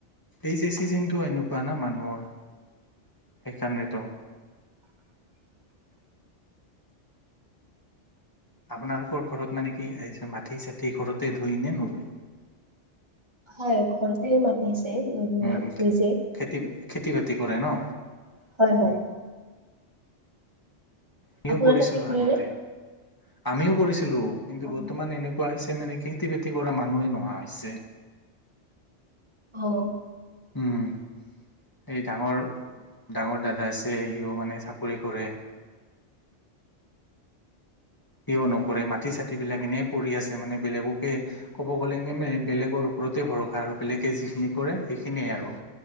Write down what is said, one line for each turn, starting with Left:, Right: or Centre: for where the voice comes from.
Left: এই যে চিজনটো এনেকুৱা ন মানুহৰ সেইকাৰণেতো
Right: <inaudible> <inaudible>
Left: আপোনালোকৰ ঘৰত মানে কি এইযে মাটি চাটি ঘৰতে ধুই নে নুধুৱে।
Right: <inaudible>
Left: উম খেতি খেতি বাতি কৰে ন।
Right: হয়, হয়।
Left: আমিও
Right: আপোনাৰ
Left: কৰিছিলোঁ
Right: তাতে কৰে
Left: আগতে
Right: নে?
Left: আমিও কৰিছিলোঁ কিন্তু
Right: অ',
Left: বৰ্তমান এনেকুৱা হৈছে মানে খেতি বাতি কৰা মানুহে নোহোৱা হৈছে।
Right: অ',।
Left: উম এই ডাঙৰ ডাঙৰ দাদা আছে সিও মানে চাকৰি কৰে। সিও নকৰে মাটি চাটিবিলাক এনে পৰি আছে মানে বেলেগকে ক'ব গ'লে মানে বেলেগৰ ওপৰতে ভৰষা আৰু বেলেগে যিখিনি কৰে সেইখিনিয়ে আৰু